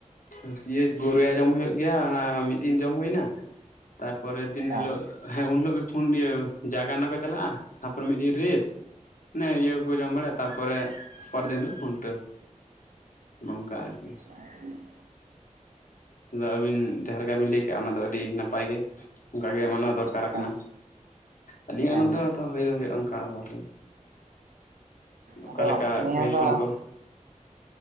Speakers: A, on the left; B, on the right.
A: <unintelligible> ᱜᱳᱨᱳᱭᱟ ᱡᱚᱢ ᱦᱩᱭᱩᱜ ᱜᱮᱭᱟ ᱚᱱᱟ ᱢᱤᱫ ᱫᱤᱱ ᱡᱚᱢ ᱦᱳᱭᱱᱟ ᱛᱟᱨᱯᱚᱨᱮᱨ ᱫᱤᱱ
B: ᱦᱮᱸ ᱦᱮᱸ
A: ᱦᱤᱞᱳᱜ ᱦᱮᱸ ᱩᱱ ᱦᱤᱞᱳᱜ ᱜᱮ ᱯᱷᱳᱱ ᱤᱭᱟᱹ ᱡᱟᱜᱟᱱᱟ ᱠᱚ ᱪᱟᱞᱟᱼᱟ, ᱛᱟᱯᱚᱨ ᱢᱤᱫ ᱫᱤᱱ ᱨᱮᱥ ᱚᱱᱮ ᱤᱭᱟᱹ ᱠᱚᱠᱚ ᱡᱚᱢ ᱵᱟᱲᱟ᱾ ᱛᱟᱯᱚᱨᱮ ᱯᱚᱨ ᱫᱤᱱ ᱦᱤᱞᱳ ᱠᱷᱩᱱᱴᱟᱹᱣ, ᱱᱚᱝᱠᱟ ᱟᱨᱠᱤ᱾
B: <unintelligible>
A: ᱫᱟ ᱟᱹᱵᱤᱱ ᱡᱟᱦᱟᱸ ᱞᱮᱠᱟ ᱵᱤᱱ ᱞᱟᱹᱭ ᱠᱮᱜᱼᱟ, ᱚᱱᱟ ᱫᱚ ᱟᱹᱰᱤ ᱱᱟᱯᱟᱭ ᱜᱮ ᱚᱱᱠᱟ ᱜᱮ ᱢᱟᱱᱟᱣ ᱫᱚᱨ ᱠᱟᱨᱟ
B: ᱦᱮᱸ
A: ᱠᱟᱱᱟ ᱟᱹᱞᱤᱧᱟᱜ
B: ᱦᱮᱸ
A: ᱱᱚᱛᱮ ᱦᱚᱛᱚ ᱦᱩᱭ ᱫᱚ ᱦᱩᱭᱩᱜᱼᱟ ᱚᱱᱠᱟ ᱫᱚ ᱠᱤ
B: ᱟᱫᱚ
A: ᱚᱠᱟᱞᱮᱠᱟ
B: ᱱᱤᱭᱟᱹ
A: ᱯᱟᱹᱦᱤᱞ
B: ᱫᱚ
A: ᱠᱷᱚᱱ ᱠᱚ